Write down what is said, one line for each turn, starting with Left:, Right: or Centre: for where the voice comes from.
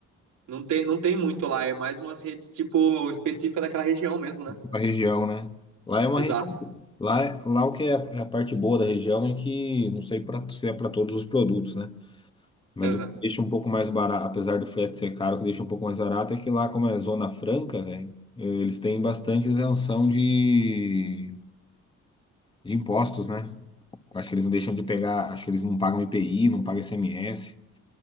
Right: Não tem, não tem muito lá, é mais umas redes tipo específicas daquela região mesmo, né?
Left: Tipo a região, né? Lá é uma
Right: Exato.
Left: região. Lá, lá o que é a é a parte boa da região é que, não sei pra, se é para todos os produtos, né? Mas
Right: Aham.
Left: o que deixa um pouco mais barato, apesar do frete ser caro, o que deixa um pouco mais barato é que lá, como é Zona Franca, velho, eh, eles têm bastante isenção de, de impostos, né? Acho que eles não deixam de pegar, acho que eles não pagam IPI, não pagam ICMS.